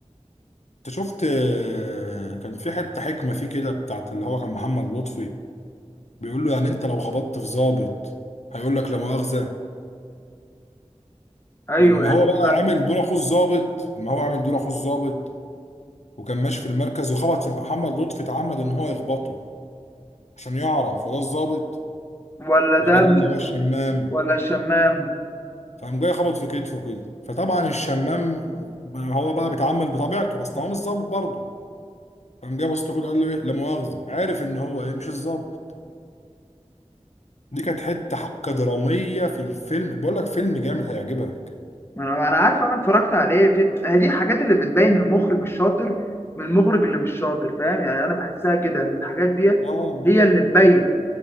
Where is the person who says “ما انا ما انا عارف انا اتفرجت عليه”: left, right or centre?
Left